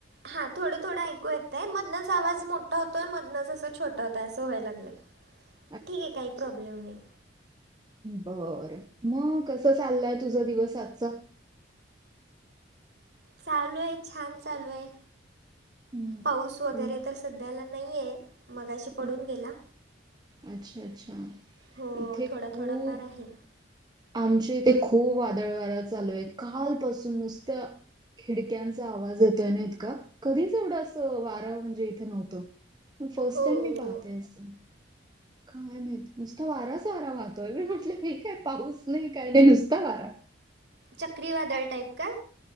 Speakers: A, on the right; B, on the right.
A: हां थोडं थोडं ऐकू येतंय मधनं आवाज मोठा होतोय मधनंच असं छोटं होतंय असं व्हाय लागलंय.
B: <inaudible>
A: ठीक आहे कांहीं प्रॉब्लेम नाहीं.
B: बरं, मगं कसं चाललंय तुझा दिवस आजचां?
A: चालूं आहे छान चालूं आहे.
B: हं.
A: पाऊस वगैरें
B: हं.
A: तसं सध्यांला नाही आहे, मगांशी पडूंन
B: हं.
A: गेला.
B: अच्छा! अच्छा!
A: हो
B: इथे
A: थोडा
B: खूंप
A: थोडाफार आहे.
B: आमच्या इथे खूंप वादळं वारा चालूं आहे. कालपासून नुसतां खिडक्यांचा आवाज येतोय नां इतका, कधीचं एवढा असं वारं म्हणजे इथे नव्हतं. फर्स्ट
A: हो
B: टाईम मी
A: हो.
B: पाहते असं कायं माहिती नुसतां वाराचं वारा वाहतोय मी म्हटलं हे कायं पाऊस नाहीं कायं नाहीं नुसतां वारा
A: चक्रीवादंळ टाईप कां?